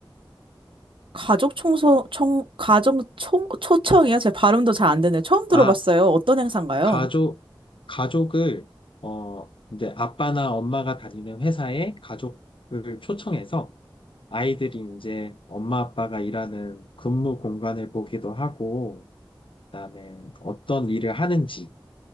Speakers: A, on the right; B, on the left.
A: 가족 청소 청 가정 총 초청이요? 제 발음도 잘 안 되네. 처음 들어봤어요.
B: 아,
A: 어떤 행사인가요?
B: 가족, 가족을, 어, 이제 아빠나 엄마가 다니는 회사에 가족을 초청해서 아이들이 이제 엄마 아빠가 일하는 근무 공간을 보기도 하고, 그다음에 어떤 일을 하는지